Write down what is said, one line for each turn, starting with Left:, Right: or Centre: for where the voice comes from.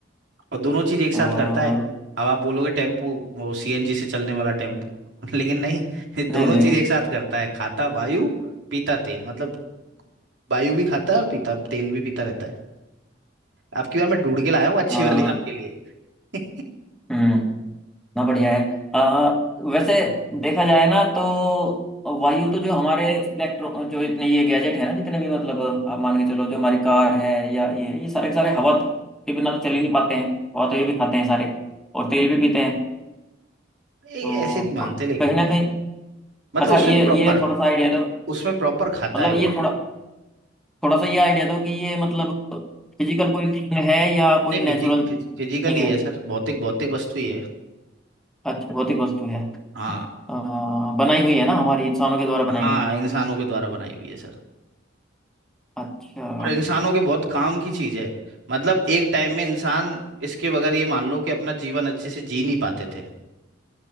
Right: और दोनों चीज एक साथ
Centre: और
Right: करता है अब आप बोलोगे टेम्पू वो सीएनजी से चलने वाला टेम्पू <laughs> लेकिन नहीं ये दोनों
Centre: नहीं नहीं
Right: चीज एक साथ करता है खाता वायु पीता तेल मतलब वायु भी खाता है और पीता तेल भी पीता रहता है आपकी बार मैं ढूंढ के लाया हूँ अच्छी
Centre: आ,
Right: वाली आपके लिए <laughs>
Centre: हम्म ना बढ़िया है आ, वैसे देखा जाए ना तो वायु तो जो हमारे इलेक्ट्रो जो इतने ये गैजेट है ना जितने भी मतलब आप मान के चलो जो हमारी कार है या ये ये सारे के सारे हवा के बिना तो चल ही नहीं पाते हैं हवा तो ये भी खाते हैं सारे और तेल भी पीते हैं
Right: ये
Centre: तो
Right: ऐसे नहीं मानते लेकिन
Centre: कहीं ना कहीं
Right: मतलब
Centre: अच्छा
Right: उसमें
Centre: ये
Right: प्रॉपर
Centre: ये थोड़ा सा आइडिया दो
Right: उसमें प्रॉपर खाता
Centre: मतलब
Right: है वो
Centre: ये थोड़ा थोड़ा सा ये आइडिया दो कि ये मतलब फिजिकल कोई थिंग है या कोई
Right: नहीं
Centre: नेचुरल
Right: फिजी, फिजिकली
Centre: थिंग है
Right: है सर भौतिक भौतिक वस्तु ही है
Centre: अच्छा भौतिक वस्तु है
Right: हाँ
Centre: अ, बनाई हुई है ना हमारी इंसानों के द्वारा बनाई
Right: हाँ
Centre: हुई
Right: इंसानों के द्वारा बनाई हुई है सर
Centre: अच्छा
Right: और इंसानों के बहुत काम की चीज है मतलब एक टाइम में इंसान इसके बगैर ये मान लो कि अपना जीवन अच्छे से जी नहीं पाते थे